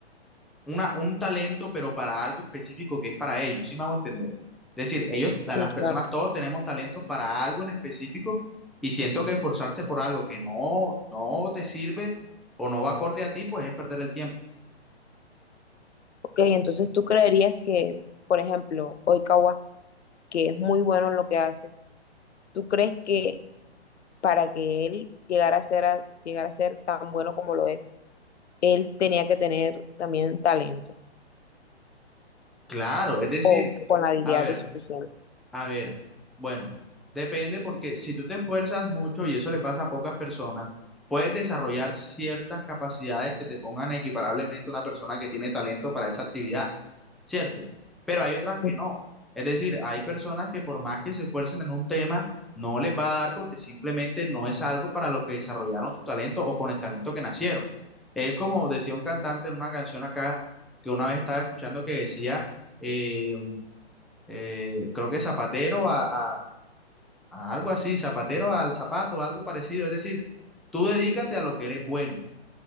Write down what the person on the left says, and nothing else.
Muy
claro.
Ok, entonces tú creerías que, por ejemplo, Oikawa, que es muy bueno en lo que hace, ¿tú crees que para que él llegara a ser, a- llegara a ser tan bueno como lo es, él tenía que tener también talento
o con la habilidad
de suficiente?
Mm,